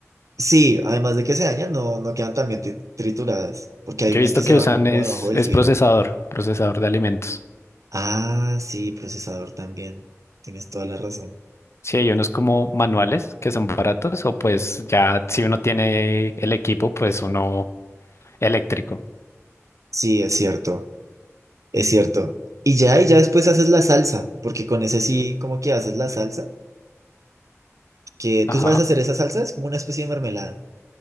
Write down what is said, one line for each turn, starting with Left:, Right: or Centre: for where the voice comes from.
Right: Sí, además de que se dañan, no, no quedan tan bien tri- trituradas, porque hay
Left: Yo
Right: unas
Left: he visto
Right: que se
Left: que usan
Right: van como
Left: es,
Right: debajo del
Left: es
Right: filo.
Left: procesador, procesador de alimentos.
Right: Ah, sí, procesador también. Tienes toda la razón.
Left: Sí, hay unos como manuales que son baratos o pues ya si uno tiene el equipo, pues uno eléctrico.
Right: Sí, es cierto, es cierto. Y ya, y ya después haces la salsa, porque con ese sí, como que haces la salsa, que tú
Left: Ajá.
Right: sabes hacer esa salsa, es como una especie de mermelada.